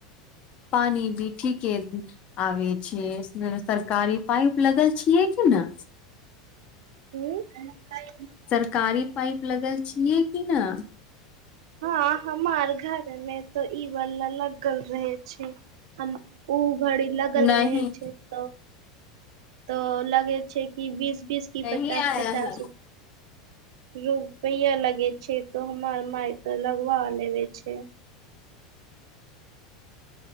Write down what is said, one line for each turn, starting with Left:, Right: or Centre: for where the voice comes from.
Left: पानी भी ठीक के आबे छै सरकारी पाइप लगल छियै कि ने
Right: ह
Left: सरकारी पाइप लगल छियै कि ना
Right: हँ हमार घर मे तो ई वाला लगल रहे छै हम ओ घड़ी लगल
Left: नहि
Right: रहे छै तऽ तऽ लगे छै कि बीस बीस की
Left: नही
Right: पचास
Left: आया
Right: पचास
Left: है
Right: रु पय लगे छै तो हमर माय ते लगवा लेवे छै